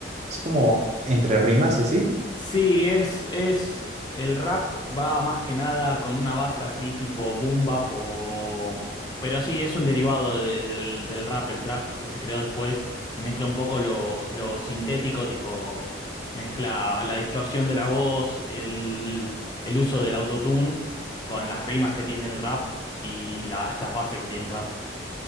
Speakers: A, on the right; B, on the left.
A: es como entre rimas y así.
B: Sí, es, es, el rap va más que nada con una base así tipo boom bap o... Pero sí, es un derivado de- del, del rap, el trap que se creó después y mezcla un poco lo, lo sintético, tipo mezcla la distorsión de la voz, el, el uso del autotune con las rimas que tiene el rap y las, las bases que tiene el rap,